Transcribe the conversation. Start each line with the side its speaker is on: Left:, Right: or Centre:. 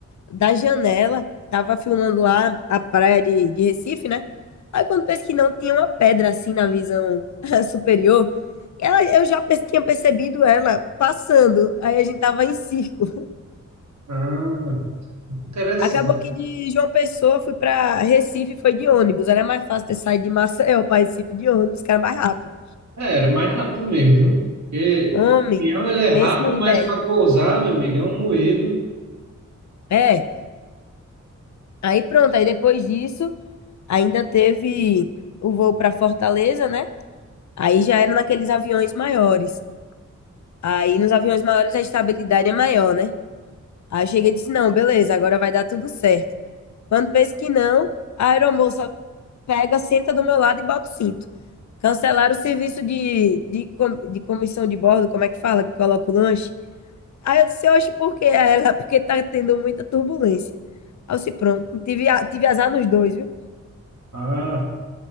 Left: da janela, tava filmando lá a praia de, de Recife, né? Aí quando penso que não, tinha uma pedra assim na visão <laughs> superior. Ela, eu já pe- tinha percebido ela passando. Aí a gente tava em circo.
Right: Ah, interessante.
Left: Acabou que de João Pessoa fui pra Recife, foi de ônibus. Era mais fácil ter saído de Maceió pra Recife de ônibus, que era mais rápido.
Right: É, era mais rápido mesmo, viu? Porque
Left: Homem,
Right: o peão ele é rápido,
Left: pense no
Right: mas
Left: Imbé.
Right: para pousar, meu amigo, é um moído.
Left: É, aí pronto. Aí depois disso, ainda teve o voo para Fortaleza, né? Aí já era naqueles aviões maiores. Aí nos aviões maiores a estabilidade é maior, né? Aí eu cheguei e disse: não, beleza, agora vai dar tudo certo. Quando penso que não, a aeromoça pega, senta do meu lado e bota o cinto. Cancelaram o serviço de, de, com- de comissão de bordo, como é que fala, que coloca o lanche. Aí eu disse: oxe, por quê? Aí ela, <laughs> porque tá tendo muita turbulência. Aí eu disse: pronto, tive, a- tive azar nos dois, viu?
Right: Ah,